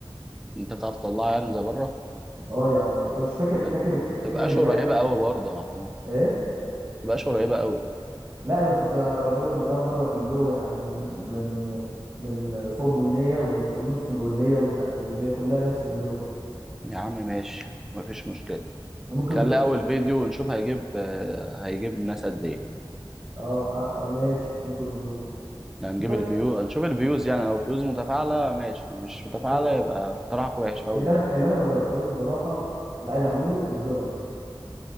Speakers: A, in the centre; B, on the right.
A: أنت بتعرف تطلعها يعني زي بره
B: اه يا عم انت مش فاكر
A: ما
B: فاكر خ-
A: تبقاش
B: خرزان
A: قريبة أوي برضه يا محمود ما
B: ايه
A: تبقاش قريبة أوي
B: لا بس تبقى قريبه من بتاع بره في اللون يعني من من فوق بنيه ومن في النص بنيه ومن تحت بنيه كلها نفس اللون
A: يا عم ماشي مفيش مشكلة
B: ممكن
A: خلي
B: نبدا
A: أول فيديو ونشوف هيجيب آه، هيجيب ناس قد ايه
B: اه آه، آه، ماشي ممكن نشوف
A: يعني
B: في
A: هنجيب
B: ك-
A: الفيو هنشوف الفيوز يعني لو الفيوز متفاعلة ماشي مش متفاعلة
B: هو
A: يبقى اقتراح وحش في أول
B: اللي انا
A: فيديو
B: اللي انا ما جربتهوش بصراحه اللي عايز اعمله الدوناتس